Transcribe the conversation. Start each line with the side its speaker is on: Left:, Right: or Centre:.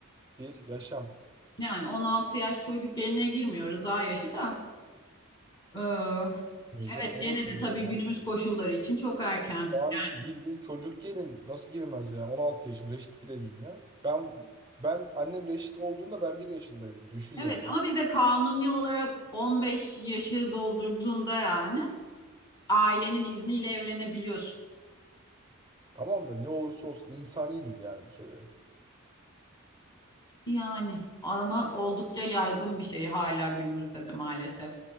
Right: bir yaşam.
Left: Yani 16 yaş çocuk eline girmiyor rıza yaşı da. Ee,
Right: Yok canım
Left: evet
Right: olur
Left: gene
Right: mu
Left: de
Right: böyle
Left: tabii
Right: şey
Left: günümüz koşulları için çok erken.
Right: Şu an
Left: Yani
Right: için bildiğin çocuk gelin nasıl girmez yani 16 yaşında reşit bile değil ya. Ben ben annem reşit olduğunda ben bir yaşındaydım düşün
Left: Evet
Right: yani.
Left: ama bizde kanuni olarak 15 yaşı doldurduğunda yani ailenin izniyle evlenebiliyorsun.
Right: Tamam da ne olursa olsun insani değil yani bir kere.
Left: Yani ama oldukça yaygın bir şey hala günümüzde de maalesef.